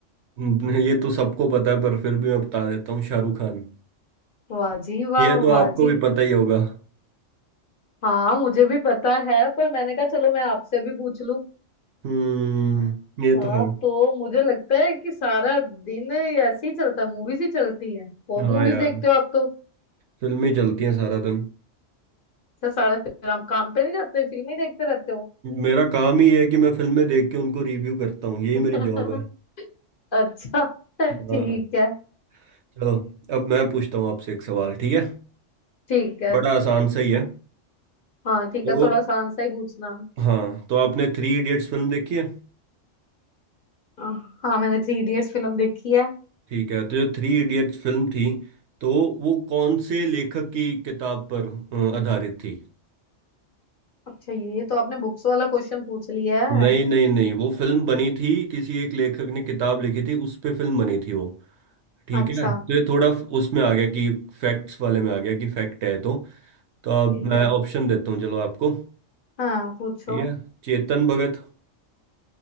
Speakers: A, on the right; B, on the left.
A: हम्म, ये तो सबको पता है पर फिर भी मैं बता देता हूँ शाहरुख खान
B: वाह जी वाह
A: ये तो
B: वाह
A: आपको
B: जी
A: भी पता ही होगा
B: हाँ मुझे भी पता है पर मैंने कहा चलो मैं आपसे भी पूछ लूं
A: हम्म ये तो
B: आप
A: है
B: तो मुझे लगता है कि सारा दिन ऐसे ही चलता है मूवीज ही चलती हैं बहुत
A: हाँ
B: मूवीज
A: यार
B: देखते हो आप तो
A: फिल्में चलती हैं सारा दिन
B: अच्छा सारे फिर आप काम पे नहीं जाते फिल्में ही देखते रहते हो
A: मेरा काम ही है कि मैं फिल्में देख के उनको रिव्यू करता हूँ यही
B: <laughs>
A: मेरी जॉब है
B: अच्छा ठीक
A: हाँ
B: है
A: चलो अब मैं पूछता हूँ आपसे एक सवाल ठीक है
B: ठीक है
A: बड़ा आसान सा ही है
B: हाँ ठीक
A: तो
B: है थोड़ा आसान सा ही पूछना
A: हाँ तो आपने थ्री इडियट्स फिल्म देखी है
B: आ, हाँ मैंने थ्री इडियट्स फिल्म देखी है
A: ठीक है तो जो थ्री इडियट्स फिल्म थी तो वो कौन से लेखक की किताब पर अ, आधारित थी
B: अच्छा ये तो आपने बुक्स वाला क्वेश्चन पूछ लिया
A: नहीं
B: है
A: नहीं नहीं वो फिल्म बनी थी किसी एक लेखक ने किताब लिखी थी उस पे फिल्म बनी थी वो ठीक
B: अच्छा
A: है तो ये थोड़ा फ- उसमें आ गया कि फैक्ट्स वाले में आ गया कि फैक्ट है तो तो अब
B: ठीक
A: मैं
B: है
A: ऑप्शन देता हूँ चलो आपको
B: हाँ पूछो
A: ठीक है चेतन भगत